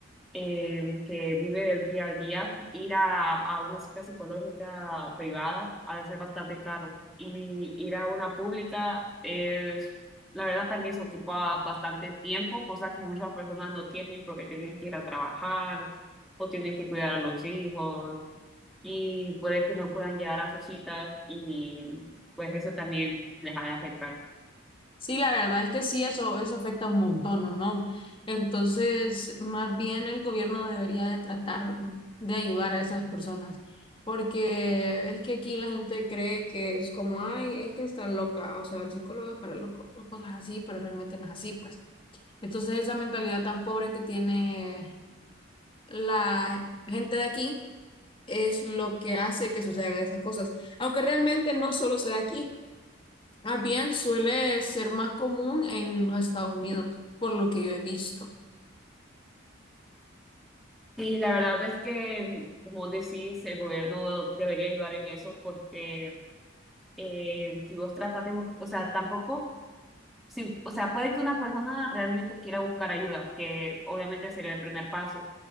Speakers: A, in the centre; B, on the left.
A: eh, que vive del día al día, ir a, a una cita psicológica privada ha de ser bastante caro. Y ir a una pública es, la verdad, también se ocupa bastante tiempo, cosa que muchas personas no tienen porque tienen que ir a trabajar o tienen que cuidar a los hijos y puede que no puedan llegar a sus citas y pues eso también les ha de afectar.
B: Sí, la verdad es que sí, eso, eso afecta un montón, ¿no? ¿No? Entonces, más bien el gobierno debería de tratar de ayudar a esas personas, porque es que aquí la gente cree que es como, ay, es que está loca, o sea, el psicólogo es para locos, o cosas así, pero realmente no es así, pues. Entonces, esa mentalidad tan pobre que tiene la gente de aquí es lo que hace que sucedan esas cosas, aunque realmente no solo se da aquí. Ah bien suele ser más común en los Estados Unidos, por lo que yo he visto.
A: Y la verdad es que, como decís, el gobierno debería ayudar en eso porque eh, si vos tratas de buscar, o sea, tampoco, si, o sea, puede que una persona realmente quiera buscar ayuda, que obviamente sería el primer paso,